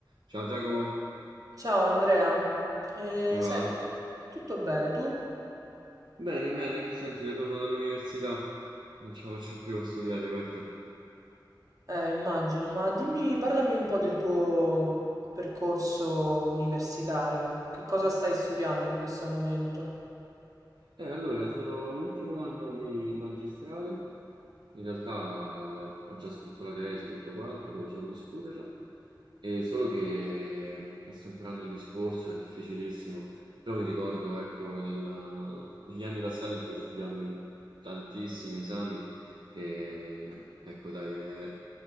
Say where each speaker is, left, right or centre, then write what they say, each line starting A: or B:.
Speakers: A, on the right; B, on the right.
A: Ciao Giacomo,
B: Ciao Andrea, eh,
A: come
B: senti,
A: va?
B: tutto bene tu?
A: Bene, bene, senti, ritorno dall'università. Non ce la faccio più a studiare, guarda.
B: Eh, immagino, ma dimmi, parlami un po' del tuo percorso universitario. Che cosa stai studiando in questo momento?
A: Eh, allora, sono all'ultimo anno di magistrale. In realtà ho già scritto la tesi, tutto quanto, devo solo discuterla. Eh, solo che mi sto imparando il discorso, è difficilissimo, però mi ricordo, ecco, del- degli anni passati in cui ho studiato per tantissimi esami e ecco, dai, è,